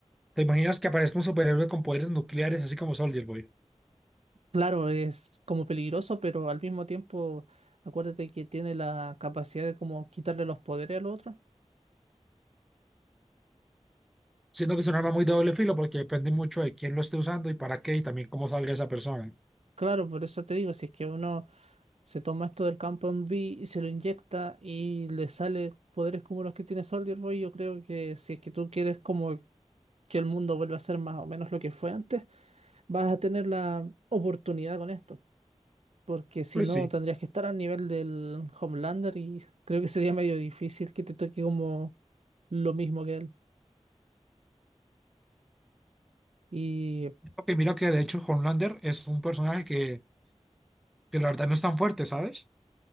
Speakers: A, in the centre; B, on the right.
A: ¿Te imaginas que aparezca un superhéroe con poderes nucleares, así como Soldier Boy?
B: Claro, es como peligroso, pero al mismo tiempo, acuérdate que tiene la capacidad de como quitarle los poderes al otro.
A: Siento que es un arma muy de doble filo porque depende mucho de quién lo esté usando y para qué y también cómo salga esa persona.
B: Claro, por eso te digo, si es que uno se toma esto del campo en B y se lo inyecta y le sale poderes como los que tiene Soldier Boy, yo creo que si es que tú quieres como que el mundo vuelva a ser más o menos lo que fue antes, vas a tener la oportunidad con esto. Porque si
A: Pues
B: no,
A: sí.
B: tendrías que estar al nivel del Homelander y creo que sería medio difícil que te toque como lo mismo que él. Y
A: Ok, mira que de hecho Homelander es un personaje que, que la verdad no es tan fuerte, ¿sabes?